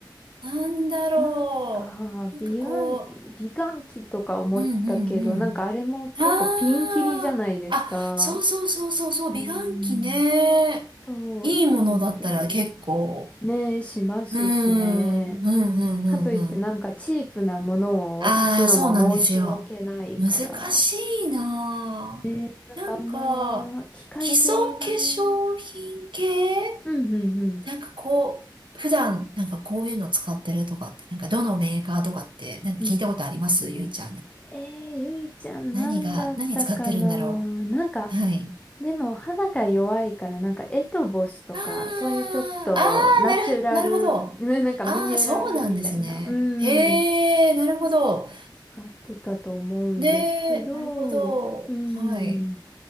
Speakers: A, on the right; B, on the left.
A: なんだろう。
B: なんか、
A: なんかこ
B: 美顔、美顔器とか思ったけど、
A: う、うんうんうん。
B: なんかあれも結構ピンキリじゃないですか。
A: ああ、あ、そうそうそうそうそう、
B: うーん。
A: 美顔器ね。
B: そう、
A: いいものだったら結構。
B: いいけどね。ねえ、しますしね。
A: うーん、うんうんうんうん。
B: かといってなんかチープなものを渡すのも申し訳ないから。
A: ああ、そうなんですよ。難しいなあ。
B: ねえ、なんかあんま、
A: なんか、
B: 機械系はね。
A: 基礎化粧品系
B: うんうんうん。
A: なんかこう、普段なんかこういうの使ってるとかって、なんかどのメーカーとかって、なんか聞いたことありますゆいちゃん。
B: うん。
A: なんか
B: えー、ゆいちゃんなんだったかななんか、
A: 何が、何使ってるんだろう。はい。
B: でも肌が弱いからなんかエトボスとか、
A: ああ、
B: そういうちょっとナチュラル、
A: ああ、なる、なるほど。
B: <laughs> ななんかミネラルみたいな、
A: ああ、そうなんですね。
B: う
A: へえ、
B: ん、
A: なるほど。
B: 使ってたと思うんですけど、
A: で、なるほど。
B: うん。
A: はい。